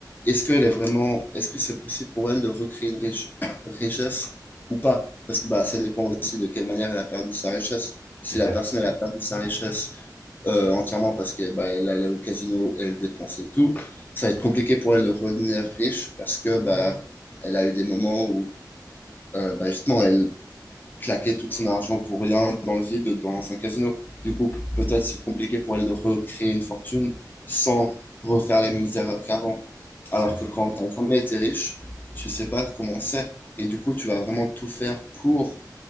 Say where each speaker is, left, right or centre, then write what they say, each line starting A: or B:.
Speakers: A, on the left; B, on the left.
A: est-ce qu'elle est vraiment, est-ce que c'est possible pour elle de recréer une riche- <coughs> richesse ou pas? Parce que bah, ça dépend aussi de quelle manière elle a perdu sa richesse. Si
B: c'est clair.
A: la personne elle a perdu sa richesse euh, entièrement parce que bah, elle allait au casino, elle dépensait tout, ça va être compliqué pour elle de redevenir riche parce que bah, elle a eu des moments où euh, bah, justement elle claquait tout son argent pour rien dans le vide dans un casino. Du coup, peut-être c'est compliqué pour elle de recréer une fortune sans refaire les mêmes erreurs qu'avant. Alors
B: C'est...
A: que quand t'as jamais été riche, tu sais pas comment c'est. Et du coup, tu vas vraiment tout faire pour